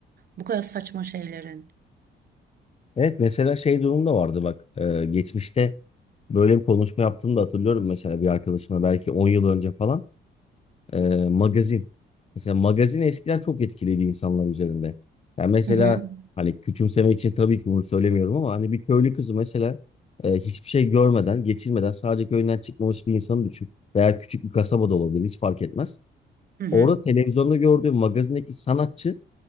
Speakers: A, on the right (about 50°); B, on the left (about 30°).
A: Bu kadar saçma şeylerin.
B: Evet mesela şey durumda vardı bak e, geçmişte böyle bir konuşma yaptığımda hatırlıyorum mesela bir arkadaşıma belki 10 yıl önce falan. e, magazin. Mesela magazin eskiden çok etkiledi insanlar üzerinde. Yani mesela
A: Hı hı.
B: hani küçümsemek için tabii ki bunu söylemiyorum ama hani bir köylü kızı mesela e, hiçbir şey görmeden, geçirmeden sadece köyünden çıkmamış bir insanı düşün. Veya küçük bir kasaba da olabilir hiç fark etmez.
A: Hı hı.
B: Orada televizyonda gördüğü magazindeki sanatçı